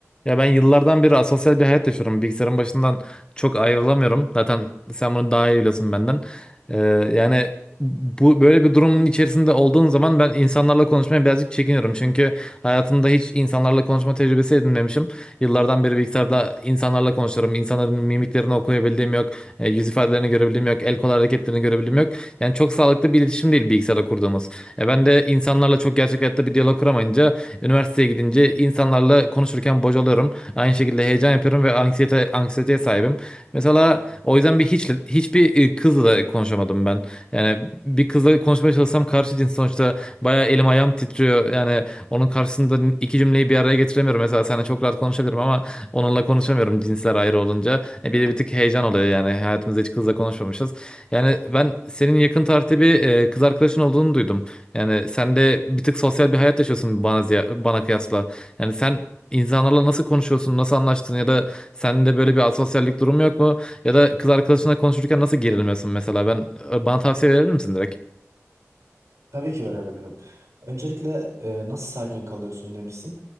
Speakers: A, on the left; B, on the right.
A: Ya ben yıllardan beri asosyal bir hayat yaşıyorum. Bilgisayarın başından çok ayrılamıyorum. Zaten sen bunu daha iyi biliyorsun benden. Ee, yani bu böyle bir durumun içerisinde olduğum zaman ben insanlarla konuşmaya birazcık çekiniyorum. Çünkü hayatımda hiç insanlarla konuşma tecrübesi edinmemişim. Yıllardan beri bilgisayarda insanlarla konuşuyorum. İnsanların mimiklerini okuyabildiğim yok. E, yüz ifadelerini görebildiğim yok. El kol hareketlerini görebildiğim yok. Yani çok sağlıklı bir iletişim değil bilgisayarda kurduğumuz. E, ben de insanlarla çok gerçek hayatta bir diyalog kuramayınca Üniversiteye gidince insanlarla konuda konuşurken bocalıyorum. Aynı şekilde heyecan yapıyorum ve anksiyete, anksiyeteye sahibim. Mesela o yüzden bir hiç hiçbir e, kızla da konuşamadım ben. Yani bir kızla konuşmaya çalışsam karşı cins sonuçta bayağı elim ayağım titriyor. Yani onun karşısında iki cümleyi bir araya getiremiyorum. Mesela seninle çok rahat konuşabilirim ama onunla konuşamıyorum cinsler ayrı olunca. E, bir de bir tık heyecan oluyor yani hayatımızda hiç kızla konuşmamışız. Yani ben senin yakın tarihte bir e, kız arkadaşın olduğunu duydum. Yani sen de bir tık sosyal bir hayat yaşıyorsun bana ziya- bana kıyasla. Yani sen insanlarla nasıl konuşuyorsun, nasıl anlaştın ya da sende böyle bir asosyallik durumu yok mu? Ya da kız arkadaşınla konuşurken nasıl gerilmiyorsun mesela? Ben bana tavsiye verir misin direkt?
B: Tabii ki verebilirim. Öncelikle e, nasıl sakin kalıyorsun demişsin.